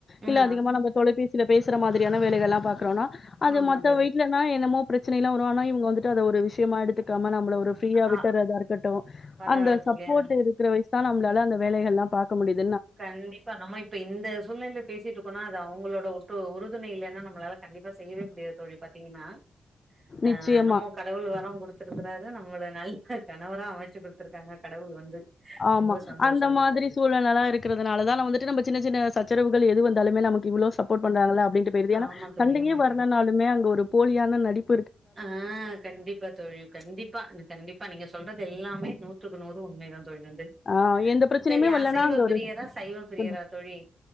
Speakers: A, on the left; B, on the right.
A: இல்ல
B: ஆ ஆ
A: அதிகமா நம்ம தொலைபேசியில பேச சர மாதிரியான வேலைகள்லாம் பாக்றோனா அது
B: ஆ ஆமா
A: மத்த
B: தோழி
A: வீட்லனா என்னமோ பிரச்ச சனைெல்ல வரு ஆனா இவங்க வந்துட்டு அத ஒரு விஷயமா எடுத்து காம நம்பல ஒரு ஃப்ரீயா
B: ஆ
A: விட்டுறாதா இருக்கட்டு
B: பரவால்ல
A: அந்த சப்போட்
B: தோழி ஆ
A: இருக்கிற வயசு தா நம்மளால அந்த வேலைகல்லா பாக்க முடிது
B: கண்டிப்பா நம்ம இப்ப இந்த சூழ்நிலையில பேசிட்டுருக்கோனா அது அவங்களோட ஒட்டு உரு புதுணையிலனா நம்மளால கண்டிப்பா செய்யவே முடியாது தோழி பார்த்தீங்கன்னா ஆ
A: நிச்சயமா
B: நம்ம கடவுள் வரோ கொடுத் துருக்குறாரு நம்மள நல்ல கணவரா அமைச்சு கொடுத்துருக்காங்க கடவுள் வந்து
A: ஆமா
B: ரொம்ப சந்தோஷமா
A: அந்த மாதிரி
B: தோழி
A: சூழலலா இருக் குரதுனால த நா வந்துட்டு நமப சின்ன சின்ன சச்சரவுகள் எது வந்தாலுமே நமக்கு இவ்வளவு சப் போட் பண்றாங்கள அப்படின்ட்டு போயிருது ஏனா
B: ஆமா தோழி
A: சண்டையே
B: ஆமா
A: வராலானாலுமே
B: தோழி
A: அங்க ஒரு போலியான நடிப்
B: ஆ கண்டிப்பா தோழி கண்டிப்பா கண்டிப்பா நீங்க சோ சொல்றது எல்லாமே நூத்துக்கு நூறு உண்மை தான் தொழி வந்து
A: ஆ எந்த பிரச்சனையுமே
B: செரி
A: வரலன்னா
B: அசைவ
A: அங்க ஒரு
B: பிரியரா சைவ பிரியரா
A: கொஞ்சம்
B: தோழி